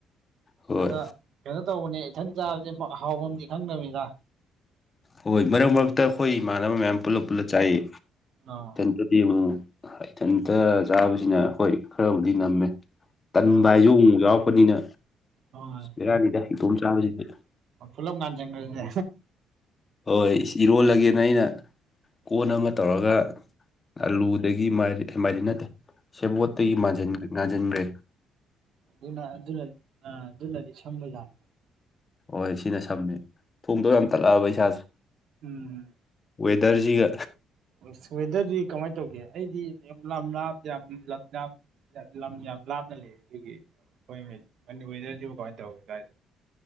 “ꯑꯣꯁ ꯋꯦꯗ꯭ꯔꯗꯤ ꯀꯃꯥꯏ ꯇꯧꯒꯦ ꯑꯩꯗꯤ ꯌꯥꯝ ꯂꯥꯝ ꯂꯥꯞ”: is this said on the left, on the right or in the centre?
Right